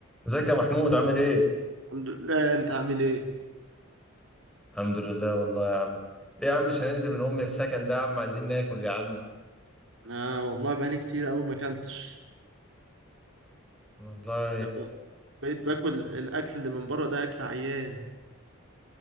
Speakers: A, in the centre; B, on the right.
A: ازيك يا محمود عامل ايه؟
B: الحمد لله انت عامل ايه
A: الحمد لله والله يا عم ايه يا عم مش هننزل من ام السكن ده يا عم عايزين ناكل يا عم
B: انا والله بقالي كتير قوي ما اكلتش
A: والله
B: انا بقيت باكل الاكل اللي من بره ده اكل عيان